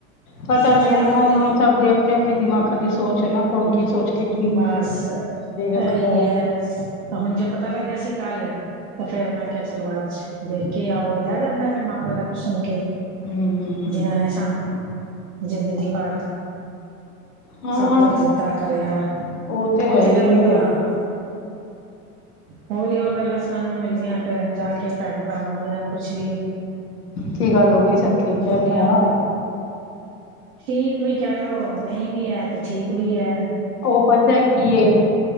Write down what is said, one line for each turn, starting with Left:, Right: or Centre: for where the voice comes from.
Left: ਪਤਾ
Right: ਉੱਥੇ
Left: ਨੀ
Right: ਜਾ
Left: ਐ ਨਾ
Right: ਕੇ
Left: ਹੁਨ
Right: ਦੇ
Left: ਸਭ ਦੇ ਆਪਨੇ-ਅਪਨੇ ਦਿਮਾਗਾਂ ਦੀ ਸੋਚ ਏ ਨਾ ਕੌਣ ਕੀ ਸੋਚ ਕੇ ਕੀ
Right: ਬਸ ਇਹੀ
Left: ਰੱਖਦਾ।
Right: ਹੈ ਹੁਣ ਜੇ ਪਤਾ ਲੱਗਿਆ ਸੀ ਕਾਲ ਤੇ ਫੇਰ ਮੈਂ ਕਿਆ ਚਲੋ ਅੱਜ ਦੇਖ ਕੇ ਆਓ ਰੇਆ ਜਾਂਦਾ ਫਿਰ ਮਾਪੇ ਦਾ ਕੁਛ ਸੁਣ ਕੇ
Left: ਹਮ
Right: ਜਿਨਾਂ ਨੇ ਸਾਨੂੰ ਜ਼ਿੰਦਗੀ ਭਰ
Left: ਹਾਂ
Right: ਸਭ ਕੁਛ ਦਿੱਤਾ ਕਰਿਆ
Left: ਉਹ ਤੇ ਹੈ
Right: ਓਥੇ
Left: ਹੀ
Right: ਜਾ
Left: ਹੈ
Right: ਤਾਅ ਹੋਰੀ-ਹੋਰ ਗੱਲਾਂ ਸੁਣਨ ਨੂੰ ਮਿਲਦੀਆਂ ਫਿਰ ਜਾ ਕੇ ਭੈਣ ਭਰਾਵਾਂ ਦੀਆਂ ਕੁਛ ਵੀ
Left: ਕੀ ਗੱਲ ਹੋ ਗਈ ਸਭ ਠੀਕ
Right: ਛੋਟੀਆਂ
Left: ਐ ਭਰਾ?
Right: ਠੀਕ ਵੀ ਕਹਿ ਲੋੋ ਨਈ ਵੀ ਐ ਤੇ ਠੀਕ ਵੀ ਐ।
Left: ਓ ਪਤਾ ਏ ਕਿ ਏ